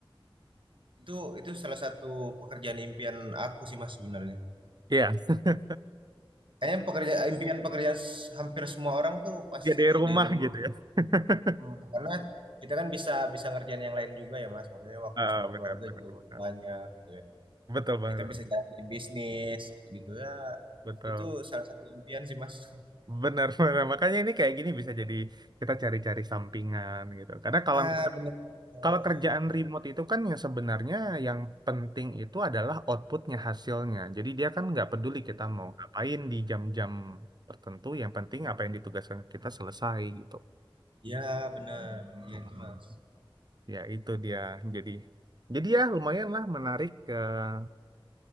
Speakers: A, on the right; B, on the right.
A: Itu itu salah satu pekerjaan impian aku sih, Mas sebenarnya.
B: Iya, <laughs>
A: Kayaknya pekerja impian pekerjaan s- hampir semua orang tuh pasti
B: jadi rumah
A: dari rumah.
B: gitu ya. <laughs>
A: Hmm, Karena kita kan bisa bisa ngerjain yang lain juga ya, Mas. Maksudnya waktu
B: Ah,
A: sama
B: benar,
A: keluarga
B: benar,
A: juga
B: benar.
A: lebih banyak gitu ya.
B: Betul banget,
A: Kita bisa jalanin bisnis gitu-gitu ya.
B: betul.
A: Itu salah satu impian sih, Mas. <laughs>
B: Benar, <laughs> benar. Makanya ini kayak gini bisa jadi kita cari-cari sampingan gitu. Karena kalau
A: Ah,
B: misalkan-
A: benar. Eh,
B: kalau kerjaan
A: Benar.
B: remote itu kan yang sebenarnya yang penting itu adalah outputnya, hasilnya. Jadi dia kan nggak peduli kita mau ngapain di jam-jam tertentu, yang penting apa yang ditugaskan kita selesai gitu.
A: Ya, benar. Iya
B: Mhm.
A: itu Mas.
B: Ya itu dia. Jadi, jadi ya lumayan lah menarik. eh,